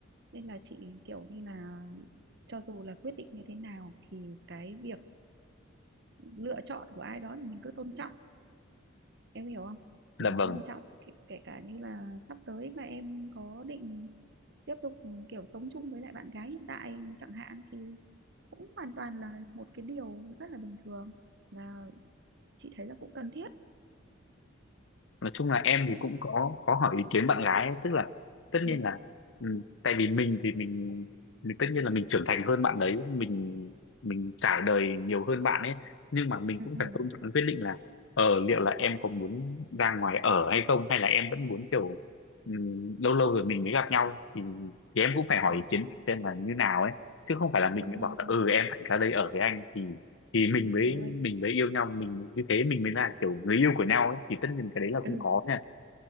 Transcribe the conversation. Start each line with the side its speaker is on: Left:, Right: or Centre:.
Right: nên là chị kiểu như là cho dù là quyết định như thế nào thì cái việc lựa chọn của ai đó thì mình cứ tôn trọng em hiểu không
Left: dạ
Right: mình
Left: vâng.
Right: tôn trọng kể, kể cả như là sắp tới mà em có định tiếp tục kiểu sống chung với lại bạn gái hiện tại chẳng hạn thì cũng hoàn toàn là một cái điều rất là bình thường và chị thấy là cũng cần thiết
Left: nói chung là em
Right: đấy
Left: thì cũng có có hỏi ý kiến bạn gái ấy, tức là tất
Right: ừ,
Left: nhiên là ừ, tại vì mình thì mình mình tất nhiên là mình trưởng thành hơn bạn đấy mình mình trải đời nhiều hơn bạn ấy nhưng mà mình
Right: ừ,
Left: cũng
Right: ừ,
Left: phải tôn trọng cái quyết định là ờ liệu là em có muốn ra ngoài ở hay không hay là em vẫn muốn kiểu ừ, lâu lâu rồi mình mới gặp nhau thì thì em cũng phải
Right: đúng
Left: hỏi
Right: rồi
Left: ý kiến xem là như nào ấy chứ không phải là mình
Right: đúng
Left: mới bảo
Right: rồi
Left: là
Right: đúng
Left: ừ
Right: rồi
Left: em phải ra đây ở với anh thì thì
Right: đúng
Left: mình mới
Right: rồi
Left: mình mới yêu nhau mình như thế mình mới là kiểu người yêu của nhau ấy thì tất nhiên cái đấy là không
Right: ừ,
Left: có nha